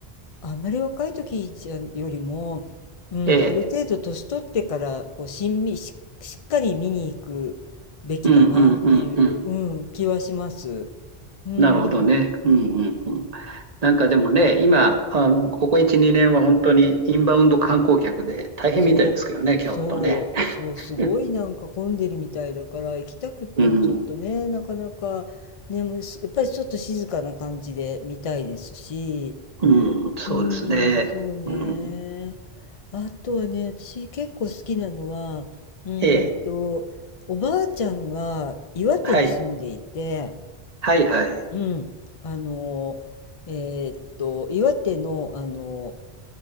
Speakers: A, on the left (about 45°); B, on the right (about 40°).
A: あんまり若い時じゃよりも、うん、
B: ええ、
A: ある程度年取ってからこうしんみし、しっかり見に行くべきだなっていう、
B: うん、うん、うん、うん、
A: うん、気はします。うん、
B: なるほどね。うん、うん、うん。なんかでもね、今、あの、ここ1、2年は本当にインバウンド観光客で大変みたいですけどね、
A: そう、そう、
B: 京都ね。<laughs>
A: そう、すごいなんか混んでるみたいだから行きたくってもちょっとね、
B: うん、
A: なかなかね、もうすやっぱりちょっと静かな感じで見たいですし、
B: うん、そうですね。
A: うーん、そうね。
B: うん、
A: あとはね、私結構好きなのは、うーんと、
B: ええ、
A: おばあちゃんが岩手に住んでいて、
B: はい、はいはい。
A: うん、あの、えーっと、岩手の、あの、